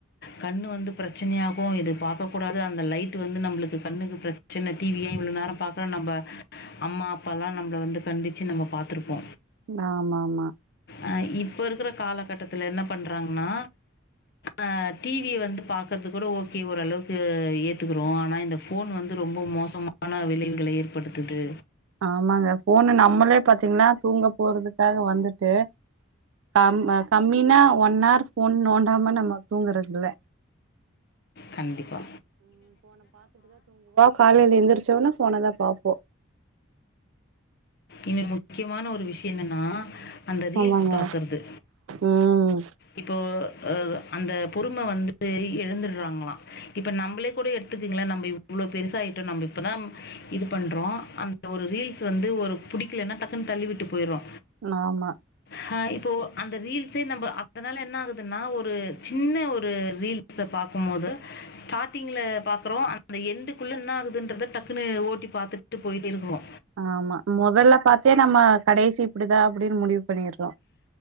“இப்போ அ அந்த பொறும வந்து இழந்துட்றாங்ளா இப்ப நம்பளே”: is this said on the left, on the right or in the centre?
Left